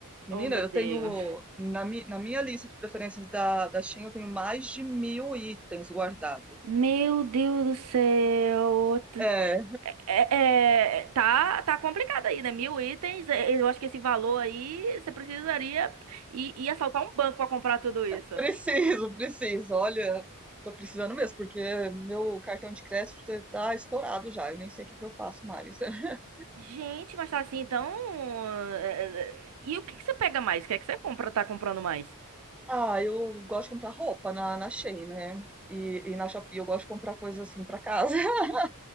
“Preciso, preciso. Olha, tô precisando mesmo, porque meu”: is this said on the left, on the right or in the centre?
Centre